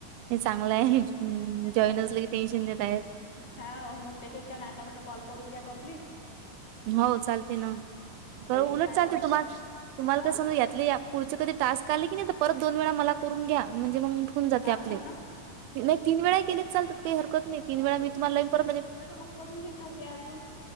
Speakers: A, on the right; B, on the left.
A: हे
B: हम्
A: चांगलं
B: आता
A: आहे,
B: उद्या
A: जॉईन
B: सकाळी
A: असलं की टेन्शन देता येत.
B: हा मग त्यांच्यान आता म्हटलं, कॉल करून घ्या कमप्लीट.
A: हो चालते ना,
B: एक
A: उलट
B: काल
A: चालते तुम्हा तुम्हाला
B: हा
A: कस समज यातले. पुढचे कधी टास्क आले कणी ही तर, परत दोन वेळा मला करून घ्या, म्हणजे मग होवून जाते
B: हा
A: आपले.
B: ना हो ना
A: नाही तीन वेळा गेले चालत काही हरकत, नाही तिन वेळा मी तुम्हा <unintelligible>
B: तसं मग करून घेन ना उद्या अजून.